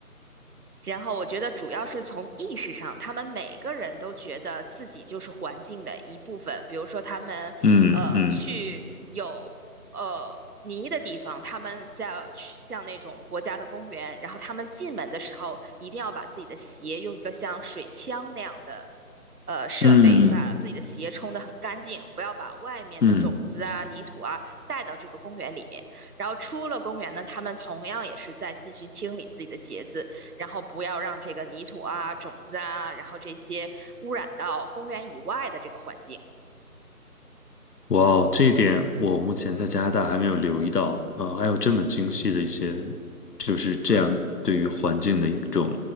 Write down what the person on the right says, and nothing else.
然后我觉得主要是从意识上，他们每个人都觉得自己就是环境的一部分。比如说，他们呃去有呃泥的地方，
他们在像那种国家的公园，然后他们进门的时候一定要把自己的鞋用一个像水枪那样的呃设备把自己的鞋冲得很干净，
不要把外面的种子啊、
泥土啊带到这个公园里面。然后出了公园呢，他们同样也是在继续清理自己的鞋子。然后不要让这个泥土啊、种子啊，然后这些污染到公园以外的这个环境。